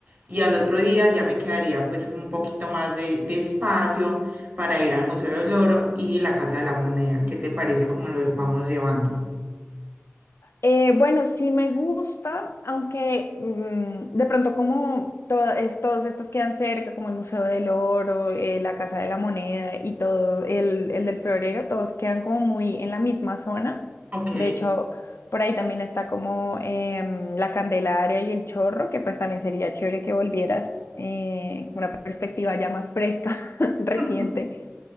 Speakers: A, on the right; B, on the left.
A: Y al otro día ya me quedaría pues un poquito más de, de espacio para ir al Museo del Oro y la Casa de la Moneda. ¿Qué te parece cómo lo vamos llevando?
B: Eh, bueno, sí me gusta, aunque mm, de pronto como to- es- todos estos quedan cerca, como el Museo del Oro, eh, la Casa de la Moneda y todo, el, el del Florero, todos quedan como muy en la misma zona.
A: Ok,
B: De hecho, por ahí también está como em, la Candelaria y el Chorro, que pues también sería chévere que volvieras eh, una perspectiva ya más fresca, <laughs> reciente.
A: <laughs>